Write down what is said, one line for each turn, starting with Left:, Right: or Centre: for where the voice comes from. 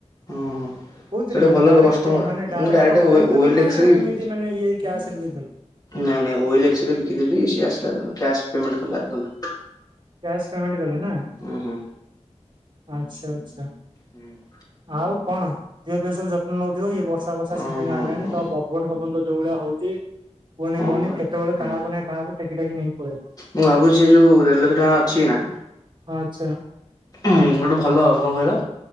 Left: ହଁ
Right: କୋଉଥିରେ
Left: ସେଇଟା
Right: ମାନେ
Left: ଭଲ
Right: ଡାଇରେକ୍ଟ
Left: କଷ୍ଟମର
Right: ମାନେ ଡାଇରେକ୍ଟ
Left: ମୁଁ
Right: ଅଫଲାଇନ ଦେଲ
Left: ଓଏଲ
Right: ନା
Left: ଏକ୍ସରେ ବିକିଦେଲି।
Right: ଏମିତି ମାନେ ଇଏ କ୍ୟାସରେ ଦେଇଥିଲ।
Left: ନାଇଁ ନାଇଁ ଓଏଲ୍ ଏକ୍ସରେ ବିକିଦେଲି ସିଏ ଆସିଲା କ୍ୟାସ୍ ପେମେଣ୍ଟ କଲା ଗଲା।
Right: କ୍ୟାସ୍ ପେମେଣ୍ଟ କଲେ ନା।
Left: ଓ ହୋ।
Right: ଆଚ୍ଛା ଆଚ୍ଛା
Left: ହୁଁ।
Right: ଆଉ କଣ ଦିହ ଫିହ ସବୁ ଯତ୍ନ ନଉଥିବ ଇଏ ବର୍ଷା ବର୍ଷା
Left: ହଁ
Right: ସିଜିନ
Left: ହଁ
Right: ଆଇଲାଣି
Left: ହଁ
Right: ତ ପବନ ଫବନ ଯୋଉଭଳିଆ ହଉଛି କୁହନି
Left: ହଁ
Right: କୁହନି
Left: ବା
Right: କେତେବେଳେ
Left: ହୁଁ।
Right: କାହାକୁ ନାଇଁ କାହାକୁ ଟେକି ଟାକି ନେଇ ପଳେଇବ।
Left: ମୁଁ ଭାବୁଛି ଏ ଯୋଉ ଦେଢ ଲକ୍ଷ ଟଙ୍କା ଅଛି ନା।
Right: ଆଚ୍ଛା
Left: ଗୋଟେ ଭଲ କଣ କହିଲ?